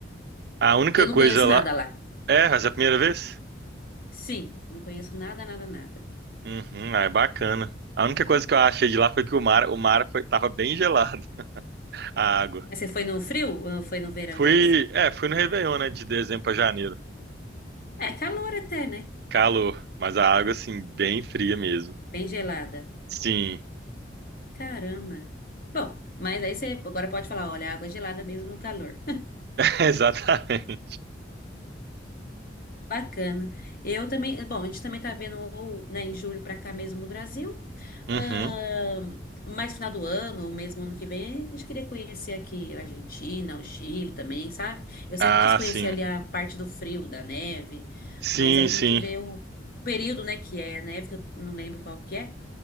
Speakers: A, on the right; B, on the left.
A: A única
B: Eu
A: coisa
B: não conheço
A: lá,
B: nada lá.
A: É, essa é a primeira vez?
B: Sim, não conheço nada, nada, nada.
A: Uhum, ah, é bacana. A única coisa que eu achei de lá foi que o mar, o mar foi, tava bem gelado, <laughs> a água.
B: Mas Você foi no frio ou foi no verão
A: Fui,
B: mesmo?
A: é, fui no Réveillon, né, de dezembro pra janeiro.
B: É calor até, né?
A: Calor, mas a água, assim, bem fria mesmo.
B: Bem gelada.
A: Sim,
B: Caramba. Bom, mas aí você agora pode falar, olha, água gelada mesmo no calor.
A: <laughs> exatamente.
B: Bacana. Eu também, bom, a gente também tá vendo, ou, né, em julho para cá mesmo no Brasil.
A: Uhum.
B: Ahn, mais final do ano, ou mesmo ano que vem, a gente queria conhecer aqui a Argentina, o Chile também, sabe? Eu
A: Ah,
B: sempre quis conhecer
A: sim.
B: ali a parte do frio, da neve,
A: Sim,
B: mas aí tem
A: sim.
B: que ver o período, né, que é a neve, que eu não lembro qual que é,